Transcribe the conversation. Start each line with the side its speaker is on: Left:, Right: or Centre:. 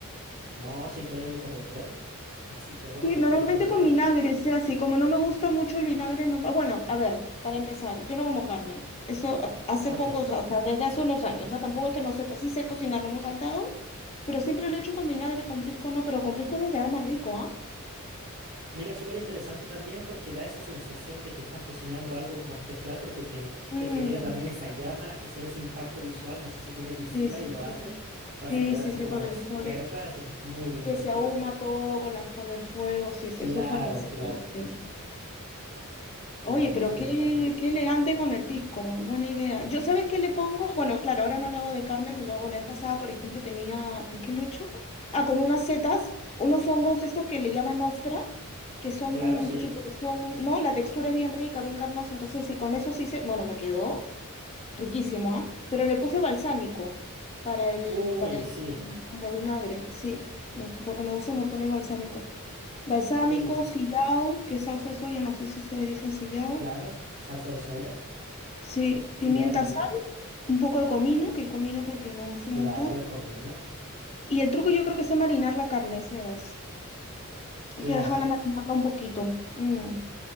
Right: No, siempre hay algo que aprender. Así que bueno,
Left: Sí,
Right: me gustaría
Left: normalmente
Right: que me contaras.
Left: con vinagre, sea así. Como no me gusta mucho el vinagre, no... ah, Bueno, a ver, para empezar, yo no como carne. Eso a- hace
Right: Ok.
Left: poco, o sea, desde hace unos años. O sea, tampoco es que no sepa. Sí sé cocinar, no me he saltado, pero siempre lo he hecho con vinagre, con pisco no, pero con pisco debe quedar más rico, ¿ah?
Right: Mira, súper interesante también porque da esa sensación de que estás cocinando algo como especial porque te,
Left: Mm,
Right: te genera también esa llama, ese, ese impacto visual. No sé si tienes visita
Left: sí, sí,
Right: y lo
Left: sí.
Right: haces, vas
Left: Sí,
Right: a quedar
Left: sí,
Right: así
Left: sí,
Right: como
Left: con
Right: la
Left: el
Right: experta,
Left: fuego, es-
Right: así que es muy lindo.
Left: que se ahuma todo con la, con el fuego, sí, eso
Right: Claro,
Left: es fantasía,
Right: claro,
Left: sí.
Right: claro,
Left: Oye, pero
Right: es súper
Left: qué,
Right: importante.
Left: qué elegante con el pisco, buena idea. Yo, ¿sabes qué le pongo? Bueno, claro, ahora no lo hago de carne, me lo hago la vez pasada, por ejemplo, tenía, ¿con qué lo he hecho? Ah, con unas setas, unos hongos estos que le llaman ostra, que son
Right: Claro, sí.
Left: súper, son, ¿no? La textura es bien rica, bien carnosa, entonces y con eso sí se, bueno, me quedó riquísimo, ¿ah? Pero le puse balsámico para el,
Right: Uy,
Left: para
Right: sí.
Left: el, como vinagre, sí, me- porque me gusta un montón el balsámico. Balsámico,
Right: Uy,
Left: sillao, que salsa de soya, no sé si ustedes dicen sillao.
Right: claro, salsa de soya.
Left: Sí,
Right: Sillao
Left: pimienta,
Right: también,
Left: sal,
Right: sí.
Left: un poco de comino, que el comino porque me gusta
Right: Claro,
Left: un montón.
Right: el comino.
Left: Y el truco yo creo que es marinar la carne, Sebas. Hay
Right: Claro.
Left: que dejarla marinarla un poquito. Mm.